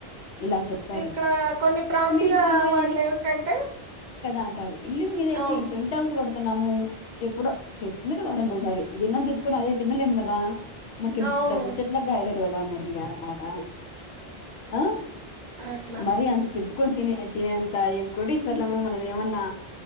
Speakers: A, on the left (about 80°); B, on the right (about 50°).
A: ఇలా చెప్తారు
B: ఇక్కడ కొన్ని ప్రాంతీయ
A: మీరు తినలేదని
B: వాళ్ళు ఏమిటంటే
A: అంటారు ఇల్లు మీదైతే
B: అవును
A: ఏంటి రెంట్ హౌస్ <unintelligible> తిన్నాము ఎప్పుడో తెచ్చుక్నేది వారనికోసారి దీన్నం తెచ్చుకుని అదే తినలేము కదా. మాకేం
B: అవును
A: డబ్బుల్ చెట్లక్ గాయలేద్ సరే గానీ మర్యాద్లాగ ఆ
B: అట్లా
A: మరి అందులో ఎత్కొని తీనే <unintelligible> తినే అంత ఏం కోటీశ్వర్లమ మనం ఏవన్నా